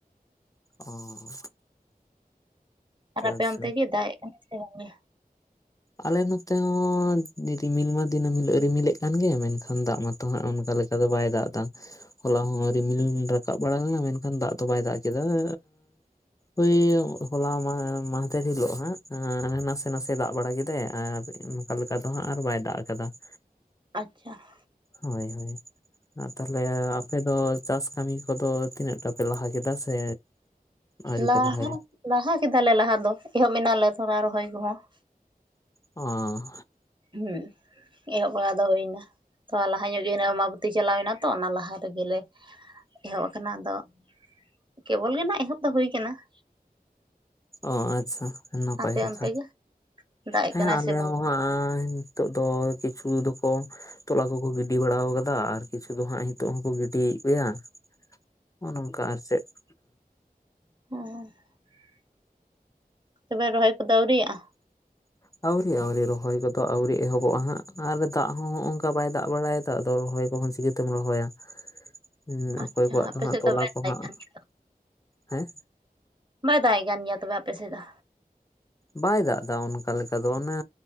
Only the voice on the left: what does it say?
ᱚᱸ
ᱟᱪᱪᱷᱟ
ᱟᱞᱮ ᱱᱚᱛᱮ ᱦᱚᱸ ᱨᱤᱢᱤᱞ ᱢᱟ ᱫᱤᱱᱟᱹᱢ ᱦᱤᱞᱚᱜ ᱨᱤᱢᱤᱞᱮᱫ ᱠᱟᱱ ᱜᱮᱭᱟ, ᱢᱮᱱᱠᱷᱟᱱ ᱫᱟᱜ ᱢᱟᱛᱚ ᱦᱟᱜ ᱚᱱᱠᱟ ᱞᱮᱠ ᱚᱱᱠᱟ ᱫᱚ ᱵᱟᱭ ᱫᱟᱜ ᱫᱟ ᱾ ᱦᱚᱞᱟ ᱦᱚᱸ ᱨᱤᱢᱤᱞ ᱨᱟᱠᱟᱵ ᱵᱟᱲᱟ ᱞᱮᱱᱟ ᱢᱮᱱᱠᱷᱟᱱ ᱫᱟᱜ ᱫᱚ ᱵᱟᱭ ᱫᱟᱜ ᱠᱮᱫᱟ ᱾ ᱚᱭ ᱦᱚᱞᱟ ᱢᱟᱦᱫᱮᱨ ᱦᱤᱞᱳ ᱦᱟᱜ, ᱱᱟᱥᱮ ᱱᱟᱥᱮ ᱫᱟᱜ ᱵᱟᱲᱟ ᱜᱮ ᱛᱮ ᱟᱨ ᱱᱚᱠᱟ ᱞᱮᱠᱟ ᱫᱚ ᱦᱟᱸᱜ ᱟᱨ ᱵᱟᱭ ᱫᱟᱜ ᱟᱠᱟᱫᱟ ᱾
ᱦᱟᱭ ᱦᱚᱭ ᱾ ᱛᱟᱦᱚᱞᱮ ᱟᱯᱮ ᱫᱚ ᱪᱟᱥ ᱠᱟᱹᱢᱤ ᱠᱚᱫᱚ ᱛᱤᱱᱟᱹᱜ ᱴᱟ ᱯᱮ ᱞᱟᱦᱟ ᱥᱮ? ᱟᱹᱣᱨᱤ
ᱯᱮ ᱞᱟᱦᱟᱭᱟ?
ᱚᱸ
ᱚ ᱟᱪᱪᱷᱟ, ᱱᱟᱯᱟᱭ
ᱠᱟᱛᱷᱟ,
ᱦᱮᱸ
ᱟᱞᱮ
ᱦᱚᱸ ᱱᱤᱛᱚᱜ ᱫᱚ ᱠᱤᱪᱷᱩ ᱫᱚᱠᱚ ᱛᱚᱞᱟ ᱠᱚᱠᱚ ᱜᱤᱰᱤ ᱵᱟᱲᱟᱣ ᱠᱟᱫᱟ, ᱟᱨ ᱠᱤᱪᱷᱩ ᱫᱚ ᱦᱟᱸᱜ ᱱᱤᱛᱚᱜ ᱦᱚᱸᱠᱚ ᱜᱤᱰᱤᱭᱮᱫ ᱜᱮᱭᱟ ᱾ ᱱᱚᱜᱼᱚ ᱱᱚᱝᱠᱟ ᱟᱨ ᱪᱮᱫ ᱾
<inaudible> ᱟᱹᱣᱨᱤ ᱟᱣᱨᱤ ᱨᱚᱦᱚᱭ ᱠᱚᱫᱚ ᱟᱣᱨᱤ ᱮᱦᱚᱵᱚᱜᱼᱟ ᱦᱟᱸᱜ, ᱟᱨ ᱫᱟᱜ ᱦᱚᱸ ᱚᱝᱠᱟ ᱵᱟᱭ ᱫᱟᱜ ᱵᱟᱲᱟᱭ ᱛᱟᱜ ᱫᱚ ᱨᱚᱦᱚᱭ ᱠᱚᱦᱚᱸ ᱪᱤᱠᱟᱹᱛᱮᱢ ᱨᱚᱦᱚᱭᱟ? ᱦᱩᱸ
ᱚᱠᱚᱭ ᱠᱚᱣᱟᱜ
ᱫᱚ ᱦᱟᱸᱜ
ᱛᱚᱞᱟ
ᱠᱚ
ᱦᱟᱸᱜ,
ᱦᱮᱸ
ᱵᱟᱭ ᱫᱟᱜᱽ ᱮᱫᱟ ᱚᱱᱠᱟ ᱞᱮᱠᱟ ᱫᱚ ᱚᱱᱮ